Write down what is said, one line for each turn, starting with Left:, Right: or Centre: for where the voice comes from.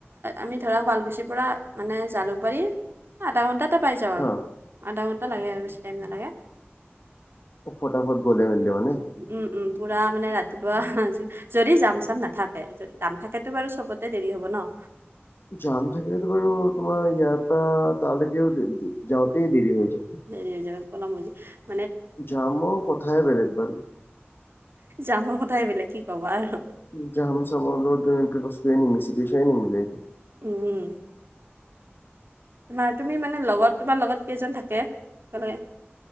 Right: আমি ধৰা শুৱালকুছিৰ পৰা মানে জালুকবাৰী আধা ঘণ্টাত তে পাই যাওঁ
Left: হা।
Right: আৰু আধা ঘণ্টা লাগে আৰু বেছি টাইম নালাগে।
Left: ফটাফট গলে মেলিলেমানে?
Right: উম, উম, পুৰা মানে ৰাতিপুৱাজি যদি যাম -চাম নাথাকে যদি যাম থাকেতো বাৰু চবতে দেৰি হব ন'?
Left: জাম থাকিলেতো বাৰু তোমাৰ ইয়াৰ পৰা তালৈকেও যাওঁতেই দেৰি হৈ যায়।
Right: দেৰি হৈ যায় পলম হৈ যায়।
Left: জামৰ কথাই বেলেগ বাৰু।
Right: জামৰ কথাই বেলেগ কি কবা আৰু।
Left: <unintelligible> চবৰ লগে মিছিকিচয়ে নিমিলেগে
Right: উম। তোমাৰ তুমি মানে লগত তোমাৰ লগত কেইজন থাকে একেলগে?